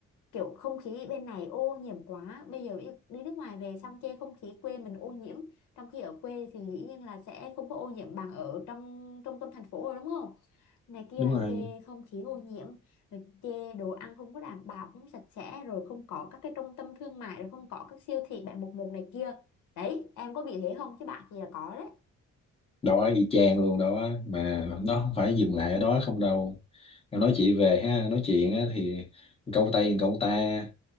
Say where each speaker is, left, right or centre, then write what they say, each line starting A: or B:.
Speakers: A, on the left; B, on the left.
A: kiểu không khí bên này ô nhiễm quá bây giờ đi, đi nước ngoài về xong chê không khí quê mình ô nhiễm trong khi ở quê thì dĩ nhiên là sẽ không có ô nhiễm bằng ở trong trung tâm thành phố rồi đúng không này kia
B: đúng rồi
A: chê không khí ô nhiễm rồi chê đồ ăn không có đảm bảo không sạch sẽ rồi không có các cái trung tâm thương mại rồi không có các siêu thị bảy một một này kia đấy em có bị thế không chứ bạn thì là có đấy
B: đó y chang luôn đó mà nó không phải dừng lại ở đó không đâu nó nói chị về ha nói chuyện á thì câu tay câu ta